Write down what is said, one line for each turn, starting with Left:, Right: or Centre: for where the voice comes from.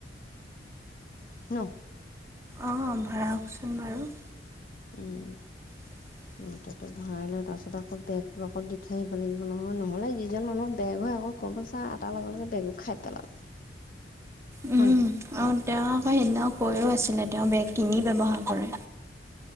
Left: ন?
Right: অ'। ভৰাওকচোন বাৰু।
Left: উম।
Right: <inaudible>
Left: আটাটো ভৰাই লৈ তাৰপিছত আকৌ বেগটো আকৌ দি থৈ আহিব লাগিব নহয় নহ'লে যিজন মানুহৰ বেগ হয় আকৌ ক'ম পাইছা আটাৰ লগ বেগু খাই পেলাল
Right: উম।
Left: হয় নাই
Right: অ', তেওঁ আকৌ সেইদিনা কৈও আছিলে তেওঁ বেগ কিনি ব্যৱহাৰ কৰে।